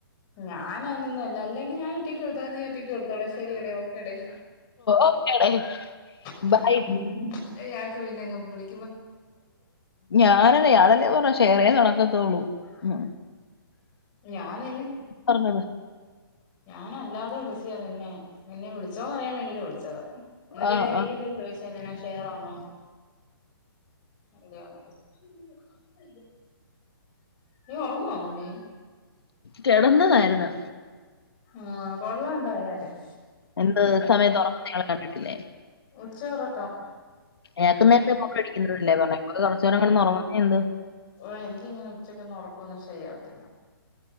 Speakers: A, on the left; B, on the left.
A: ഞാനയ്നൊന്നു അല്ല. അല്ലെങ്കി ഞാൻ ഒറ്റയ്ക്ക് കൊടുത്തോളാ നീയു ഒറ്റക്ക് കൊടുത്തോടേ ശരിയെടേ ഓക്കെടെ.
B: ഓക്കേടേ
A: ബായ്
B: ബൈ
A: ഏയാക്ക് പിന്നങ് പുളി
B: ഞാനല്ലേ ഇയാളല്ലേ പറഞ്ഞെ ഷെയറേ നടക്കത്തൊള്ളൂ. ഉഹും
A: ഞാൻ നിന്നെ
B: പറഞ്ഞത്
A: ഞാനല്ലാതെ വിളിച്ചയാ നിന്നെ. നിന്നെ വിളിച്ചോന്നറിയാൻ വേണ്ടീട്ട് വിളിച്ചതാ. എന്നിട്ടല്ലെ
B: ആ ആ.
A: നീയല്ലേ ചോയിച്ചെ എങ്ങനെ ഷെയറാണോ അല്ലയോന്നൊക്കെ <inaudible> നീ ഒറങ്ങുവാണോടി?
B: കെടന്നതായിരുന്നു.
A: ആഹ് കൊള്ളാ എന്തായാലും.
B: എന്ത് ഇ സമയത്ത് ഒറങ്ങുന്നത് നിങ്ങൾ കണ്ടിട്ടില്ലേ?
A: ഉച്ചയുറക്കം
B: ഇയാക്ക് നേരത്തെ <unintelligible> ല്ലേ പറഞ്ഞെ <unintelligible> കുറച്ചേരം കൂടെ ഒന്ന് ഉറങ്ങുന്നെ എന്ത്.
A: ഏയ് എനിക്കിങ്ങനെ ഉച്ചക്കൊന്നും ഉറക്കൊന്നും ശരിയാവത്തില്ല